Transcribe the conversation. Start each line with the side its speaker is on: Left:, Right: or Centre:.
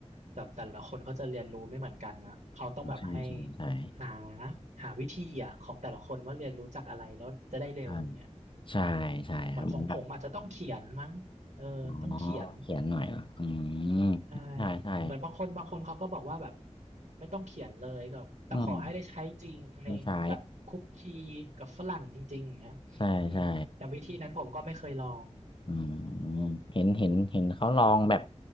Right: แบบแต่ละคนเขาจะเรียนรู้ไม่เหมือนกันนะเขาต้องแบบให้
Left: ใช่ใช่
Right: หาหาวิธีอะของแต่ละคนว่าเรียนรู้จากอะไรแล้วจะได้เร็วอย่างเงี้ย
Left: ใช่ใช่ใช่ใช่ครับเหมือนแบบ
Right: เออเหมือนของผมอาจจะต้องเขียนมั้งเออต้องเขียน
Left: อ๋อเขียนหน่อยเหรออืมใช่ใช่
Right: ใช่เหมือนบางคนบางคนเขาก็บอกว่าแบบไม่ต้องเขียนเลยก็แต่ขอให้ได้ใช้จริงในแบบคุกคีกับฝรั่งจริงๆอย่างเงี้ย
Left: อืมไม่ใช่ ใช่ใช่
Right: อืมแต่วิธีนั้นผมก็ไม่เคยลอง
Left: อืมเห็นเห็นเห็นเขาลองแบบ